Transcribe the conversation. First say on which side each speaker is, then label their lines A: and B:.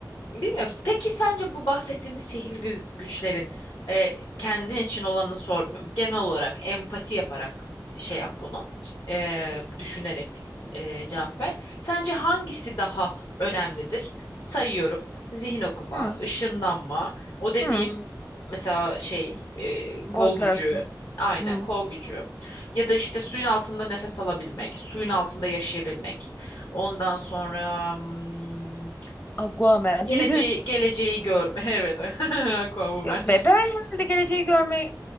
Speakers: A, on the left; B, on the left.
A: Bilmiyorum. Peki sence bu bahsettiğimiz sihirli gü- güçlerin e, kendin için olanı sormuyorum. Genel olarak empati yaparak şey yap bunu. E, düşünerek e, cevap ver. Sence hangisi daha önemlidir? Sayıyorum. Zihin okuma,
B: Hı,
A: ışınlanma, o dediğim
B: hı.
A: mesela şey e,
B: Boyutlarsın.
A: kol gücü, aynen
B: Hı.
A: kol gücü ya da işte suyun altında nefes alabilmek, suyun altında yaşayabilmek. Ondan sonra hmm,
B: Aquaman.
A: Geleceği,
B: <laughs>
A: geleceği görme. <laughs> Evet. <laughs> Aquaman.
B: Yok be ben herhalde geleceği görmeyi